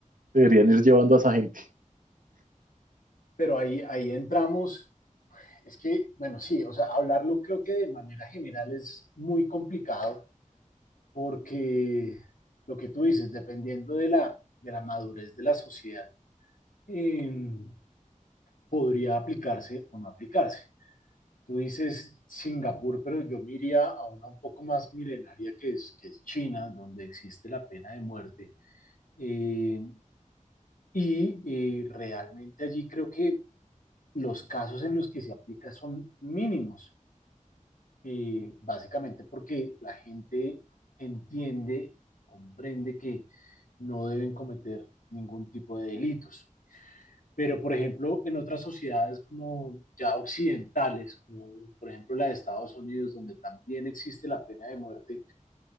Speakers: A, on the right; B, on the left.
A: deberían ir llevando a esa gente.
B: Pero ahí, ahí entramos, es que, bueno, sí, o sea, hablarlo creo que de manera general es muy complicado porque lo que tú dices, dependiendo de la, de la madurez de la sociedad, em, podría aplicarse o no aplicarse. Tú dices Singapur, pero yo me iría a una un poco más milenaria que es, que es China, donde existe la pena de muerte. Eh, y eh, realmente allí creo que los casos en los que se aplica son mínimos, eh, básicamente porque la gente entiende, comprende que no deben cometer ningún tipo de delitos. Pero, por ejemplo, en otras sociedades como ya occidentales, como por ejemplo la de Estados Unidos, donde también existe la pena de muerte,